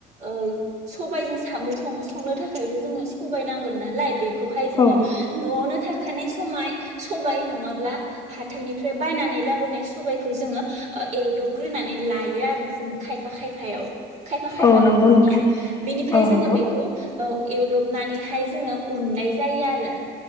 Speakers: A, on the right (about 45°); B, on the left (about 20°).
A: ओ सबायजों सामु सं-संनो थाखायथ' जोंनो सबाय नांगोन नालाय बे खौहाय जोङो
B: औ
A: न'आवनो था थाखानाय समाय सबाय नङाब्ला हाथायनिफ्राय बायनानै लाबोनाय सबाय खौ जोङो एवदबग्रोनानै लायो आरो जों खायफा खायफायाव खायफा खायफा
B: औ
A: न'खरनिया
B: नंगौ नोंथां
A: बेनिफ्राय
B: औ
A: जोङो
B: नंगौ
A: बेखौ ओ एवदबनानै हाय जोङो उननाय जायो आरो